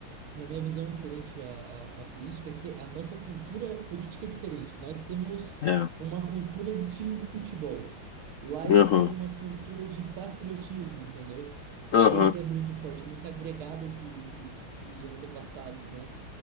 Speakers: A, on the right (about 80°); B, on the left (about 70°).
A: na minha visão referente à, à, à política, é que a nossa cultura política é diferente. Nós temos
B: É.
A: uma cultura de time de futebol. Lá eles
B: Aham.
A: têm uma cultura de patriotismo, entendeu?
B: Aham.
A: Que ainda é muito forte, é muito agregada de, de, de antepassados, né?